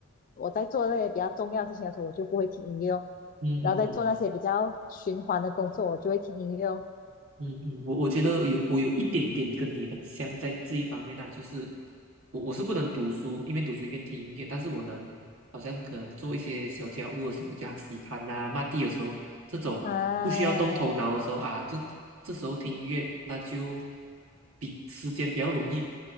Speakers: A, on the left; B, on the right.
A: 我在做那些比较重要的事情的时候，我就不会听音乐哦，
B: 嗯嗯嗯。
A: 然后在做那些比较循环的工作，我就会听音乐哦。
B: 嗯嗯，我我觉得有我有一点点跟你很像，在这一方面啊，就是我我是不能读书，一边读书一边听音乐，但是我能好像可能做一些小家务的时候，这样洗盘呐、抹地的时候，这种不需要动头脑的时候啊，
A: 啊，
B: 这这时候听音乐，那就比时间比较容易